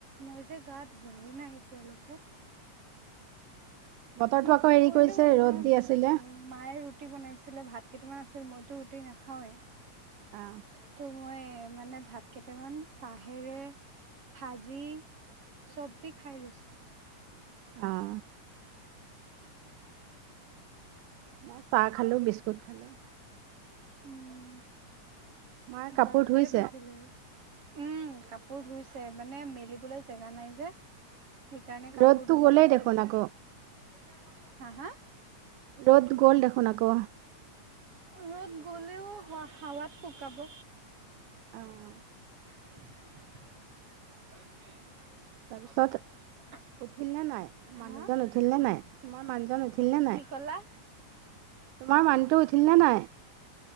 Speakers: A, on the right; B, on the right.
A: মই যে গা ধোৱাই নাই এতিয়ালৈকে।
B: বতৰটো
A: ম
B: আকৌ
A: কি
B: হেৰি
A: কৰিলো
B: কৰিছে
A: অ
B: ৰ'দ দি আছিলে।
A: মায়ে ৰুটি বনাইছিলে ভাত কেইটামান আছিল মইতো ৰুটি নাখাওৱেই,
B: অ,
A: ত' মই মানে ভাত কেইটামান চাহেৰে ভাজি চব দি খাই লৈছোঁ।
B: অ'। মই চাহ খালো, বিস্কুট খালো।
A: উম,
B: মায়ে কাপোৰ
A: বাৰটাই
B: ধুইছে
A: বাজিলে। উম, কাপোৰ ধুইছে মানে মেলিবলৈ জেগা নাই যে। সেইকাৰণে কাপোৰ
B: ৰ'দটো
A: ধুব
B: গ'লেই
A: লগা
B: দেখোন
A: হৈছে
B: আকৌ
A: হা, হা?
B: ৰ'দ গ'ল দেখোন আকৌ।
A: ৰ'দ গ'লেও হ, হাৱাত শুকাব।
B: অ'।
A: <unintelligible>
B: তাৰপিছত উঠিল নে নাই মানুহজন
A: হা
B: উঠিল নে নাই তোমাৰ মানুহজন উঠিল নে নাই।
A: কি কলা?
B: তোমাৰ মানুহটো উঠিল নে নাই।